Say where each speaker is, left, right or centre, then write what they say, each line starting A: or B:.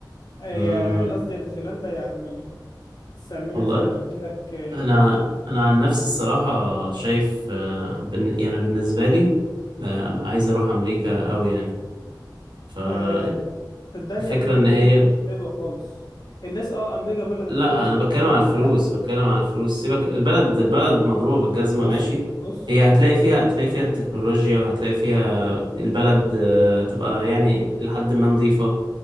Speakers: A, on the left; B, on the right.
A: آه،
B: امم
A: يا قصدي يا نيوزيلندا يا ألمانيا بس ألمانيا
B: والله
A: زي ما قلت لك آه،
B: انا انا عن نفسي الصراحة شايف آه، بن يعني بالنسبة لي آه، عايز اروح امريكا قوي يعني فالفكرة
A: آه، صدقني أمريكا
B: ان
A: الدنيا
B: هي
A: فيها مش حلوة خالص الناس أه أمريكا بلد
B: لا
A: الفرص
B: انا بتكلم
A: والكلام
B: على
A: من
B: الفلوس
A: ده
B: بتكلم على الفلوس سيبك البلد البلد مضروبة بالجزمة
A: بص
B: ماشي
A: بص
B: هي هتلاقي فيها هتلاقي فيها التكنولوجيا وهتلاقي فيها البلد آه، تبقى يعني لحد ما نظيفة